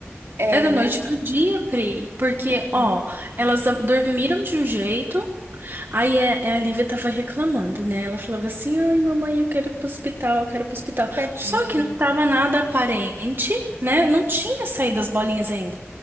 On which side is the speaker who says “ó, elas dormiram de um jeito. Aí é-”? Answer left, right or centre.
Right